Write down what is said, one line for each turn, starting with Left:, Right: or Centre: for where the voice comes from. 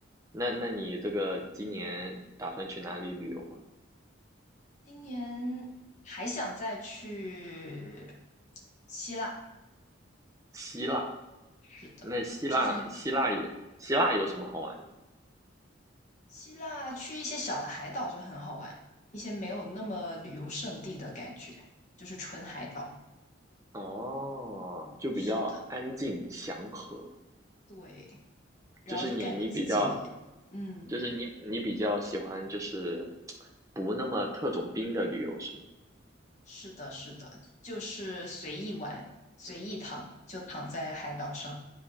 Right: 那那你这个今年打算去哪里旅游吗？
Left: 今年还想再去希腊。
Right: 希腊，
Left: 是的，
Right: 那希腊希腊也希腊有什么好玩的？
Left: 之前希腊去一些小的海岛就很好玩，一些没有那么旅游胜地的感觉，就是纯海岛。
Right: 哦，就比较安静祥和，
Left: 是的，对，然后就感觉自己，
Right: 就是你你比较，
Left: 嗯。
Right: 就是你你比较喜欢就是不那么特种兵的旅游是吗？
Left: 是的，是的，就是随意玩，随意躺，就躺在海岛上，